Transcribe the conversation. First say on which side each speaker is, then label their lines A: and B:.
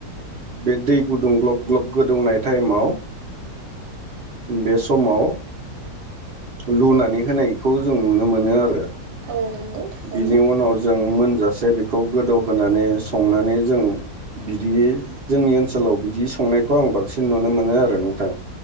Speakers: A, on the right; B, on the right.
A: बे दै गुदुं ग्लब ग्लब गोदौनाय टाइमाव बे समाव लुनानै होनायखौ जों नुनो मोनो आरो
B: औ नंगौ थारैनो
A: बिनि उनाव जों मोनजासे बेखौ गोदौहोनानै संनानै जों बिदि जोंनि ओनसोलाव बिदि संनायखौ आं बांसिन नुनो मोनो आरो नोंथां।